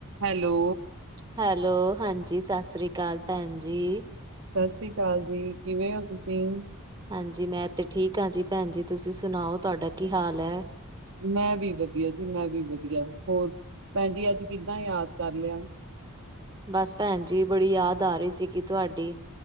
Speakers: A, on the right; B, on the right.
A: Hello.
B: Hello ਹਾਂਜੀ ਸਸਸ੍ਰੀ ਕਾਲ ਪੈਨ ਜੀ।
A: ਸਸ ਸ਼੍ਰੀ ਕਾਲ ਜੀ ਕਿਵੇਂ ਔ ਤੁਸੀਂ।
B: ਹਾਂਜੀ ਮੈਂ ਤੇ ਠੀਕ ਆ ਜੀ ਪੈਨ ਜੀ ਤੁਸੀਂ ਸੁਨਾਔ ਤੁਹਾਡਾ ਕੀ ਹਾਲ ਐ।
A: ਮੈਂ ਵੀ ਵਧੀਆ ਜੀ ਮੈਂ ਵੀ ਵਧੀਆ ਹੋਰ ਪੈਨ ਜੀ ਅੱਜ ਕਿੱਦਾਂ ਯਾਦ ਕਰ ਲਯਾ।
B: ਬਸ ਪੈਨ ਜੀ ਬੜੀ ਯਾਦ ਆ ਹੀ ਸੀਗੀ ਤੁਆਡੀ।